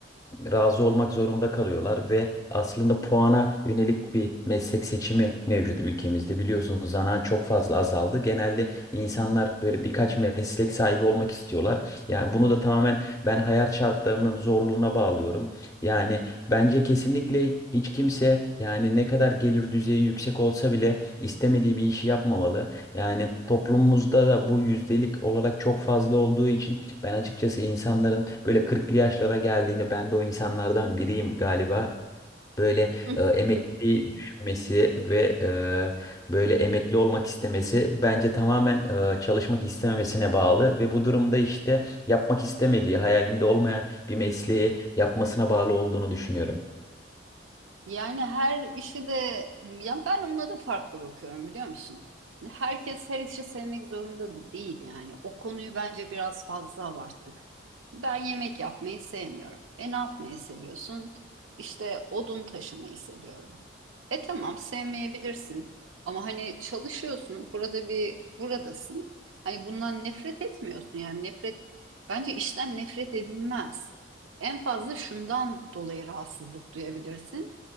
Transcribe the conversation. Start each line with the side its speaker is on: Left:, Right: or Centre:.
Left: razı olmak zorunda kalıyorlar ve aslında puana yönelik bir meslek seçimi mevcut ülkemizde. Biliyorsunuz zanaat çok fazla azaldı. Genelde insanlar böyle birkaç meslek sahibi olmak istiyorlar. Yani bunu da tamamen ben hayat şartlarının zorluğuna bağlıyorum. Yani bence kesinlikle hiç kimse yani ne kadar gelir düzeyi yüksek olsa bile istemediği bir işi yapmamalı. Yani toplumumuzda da bu yüzdelik olarak çok fazla olduğu için ben açıkçası insanların böyle kırklı yaşlara geldiğinde ben de o insanlardan biriyim galiba. Böyle
Right: <laughs>
Left: e, emekliliği düşünmesi ve e, böyle emekli olmak istemesi bence tamamen e, çalışmak istememesine bağlı ve bu durumda işte yapmak istemediği, hayalinde olmayan bir mesleği yapmasına bağlı olduğunu düşünüyorum.
Right: Yani her işi de ya ben ona da farklı bakıyorum biliyor musun? Herkes her işi sevmek zorunda da değil yani. O konuyu bence biraz fazla abarttık. Ben yemek yapmayı sevmiyorum. E ne yapmayı seviyorsun? İşte odun taşımayı seviyorum. E tamam sevmeyebilirsin ama hani çalışıyorsun. Burada bir buradasın. Hani bundan nefret etmiyorsun yani nefret bence işten nefret edilmez. En fazla şundan dolayı rahatsızlık duyabilirsin.